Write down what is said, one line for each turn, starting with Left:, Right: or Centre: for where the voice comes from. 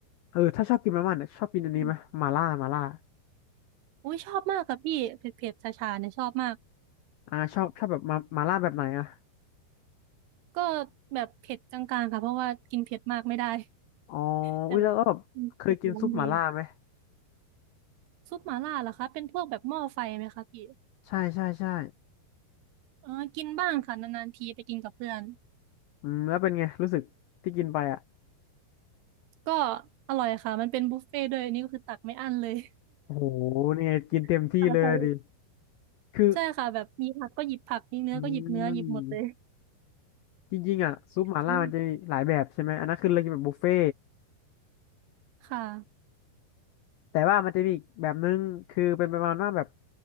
Left: เออถ้าชอบกินมาม่าเนี่ยชอบกินอันนี้ไหมมาล่ามาล่า
Right: อืมอุ้ยชอบมากค่ะพี่เผ็ดๆชาชาๆเนี่ยชอบมาก
Left: อ่าชอบชอบแบบมามาล่าแบบไหนอ่ะ
Right: ก็แบบเผ็ดกลางๆค่ะเพราะว่ากินเผ็ดมากไม่ได้
Left: อ๋อ
Right: <laughs> แต่แบบอืมเผ็ดร้อนดี
Left: อุ้ยแล้วก็แบบเคยกินซุปมาล่าไหม
Right: ซุปหม่าล่าเหรอคะเป็นพวกแบบหม้อไฟไหมคะพี่
Left: ใช่ใช่ใช่
Right: เออกินบ้างค่ะนานๆทีไปกินกับเพื่อน
Left: อืมแล้วเป็นไงรู้สึกที่กินไปอ่ะ
Right: ก็อร่อยค่ะมันเป็นบุฟเฟ่ต์ด้วยอันนี่ก็คือตักไม่อั้นเลย
Left: โอ้โหนี่ไงกินเต็มที่เลยอะดิ
Right: <laughs> ค่ะใช่
Left: คือ
Right: ใช่ค่ะแบบมีผักก็หยิบผักมีเนื้อก็หยิบเนื้อหยิบหมดเลย
Left: อืมจริงๆอ่ะซุปมาล่ามันจะมีหลายแบบใช่ไหม
Right: อืม
Left: อันนั้นคือเรากินแบบบุฟเฟ่
Right: ค่ะ
Left: แต่ว่ามันจะมีอีกแบบนึงคือเป็นประมาณว่าแบบ